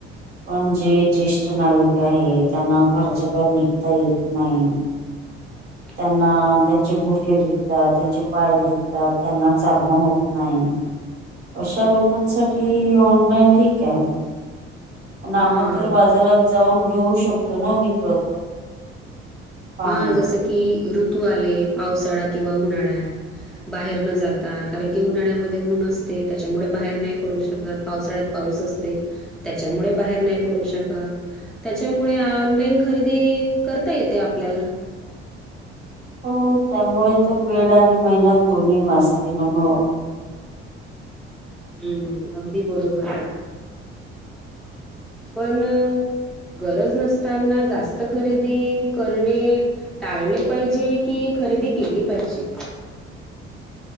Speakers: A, on the right (about 65°); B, in the centre.
A: पण जे ज्येष्ठ नागरिक आहे. त्यांना घराच्या बाहेर निघता येत नाही.
B: <inaudible>
A: त्यांना त्यांचे गुडघे दुखतात त्यांचे पाय दुखतात त्यांना चालणं होत नाही. अशा लोकांसाठी ऑनलाईन ठीक आहे. पण आपण
B: हां.
A: तर बाजारात जाऊन घेऊ शकतो ना विकत. पाहून.
B: हा जस की ऋतू आले पावसाळा किंवा उन्हाळ्यात. बाहेर न जाता कारण की उन्हाळ्यामध्ये ऊन असते त्याच्यामुळे बाहेर नाही पडू शकत पावसाळ्यात पाऊस असते त्याच्यामुळे बाहेर नाही पडू शकत. त्याच्यामुळे ऑनलाईन खरेदी करता येते आपल्याला.
A: हो त्यामुळे तर वेळ आणि मेहनत दोन्ही वाचते ना ग.
B: हम्म. अगदी बरोबर आहे. पण गरज नसताना जास्त खरेदी करणे टाळले पाहिजे कि खरेदी केली पाहिजे.